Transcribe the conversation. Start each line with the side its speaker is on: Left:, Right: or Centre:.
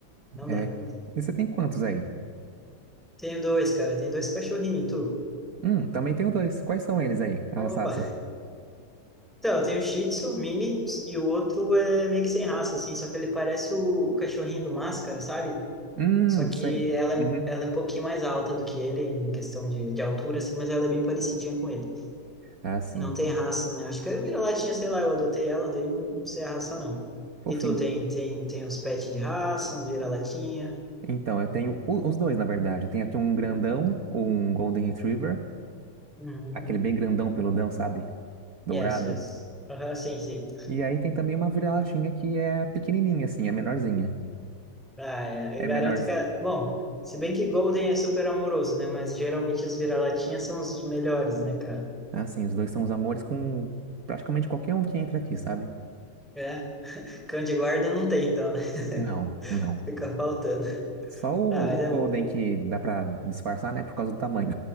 Centre: Não
Right: é.
Centre: dá.
Right: E você tem quantos aí?
Centre: Tenho dois, cara, tem dois cachorrinhos, e tu?
Right: Hum, também tenho dois. Quais são eles aí, as
Centre: Opa!
Right: raças?
Centre: Então, eu tenho um Shih Tzu mini e o outro é meio que sem raça, assim, só que ele parece o, o cachorrinho do Máscara, sabe?
Right: Hum,
Centre: Só que
Right: sei.
Centre: ela, é- um,
Right: Uhum.
Centre: ela é um pouquinho mais alta do que ele, em questão de, de altura, assim, mas ela é bem parecidinha com ele.
Right: Ah, sim.
Centre: Não tem raça, né? Acho que eu vira-latinha, sei lá, eu adotei ela, daí não, não sei a raça, não.
Right: Fofinho.
Centre: E tu tem, tem, tem uns pets de raça, uns vira-latinha.
Right: Então, eu tenho o- os dois, na verdade. Tem aqui um grandão,
Centre: Uhum.
Right: um Golden Retriever,
Centre: Uhum.
Right: aquele bem grandão, peludão, sabe? Dourado.
Centre: Yes, yes. Aham, sim, sim.
Right: E aí tem também uma vira-latinha que é pequenininha, assim, é menorzinha.
Centre: Ah, é,
Right: É
Centre: eu garanto
Right: menor.
Centre: que. a- Bom, se bem que Golden é super amoroso, né? Mas geralmente os vira-latinhas são os melhores, né, cara?
Right: É Assim, os dois são os amores com praticamente qualquer um que entra aqui, sabe?
Centre: É. Cão de guarda não tem, então, né?
Right: Não, não.
Centre: <laughs> Fica faltando.
Right: Só o,
Centre: Ah, mas é
Right: o Golden
Centre: bom.
Right: que dá pra disfarçar, né? Por causa do tamanho.